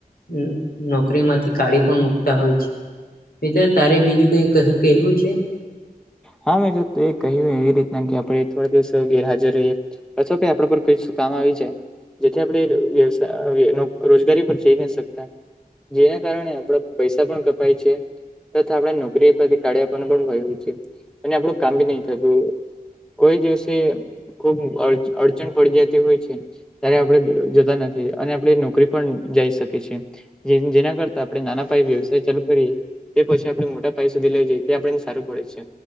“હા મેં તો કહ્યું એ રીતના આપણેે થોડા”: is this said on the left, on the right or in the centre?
Centre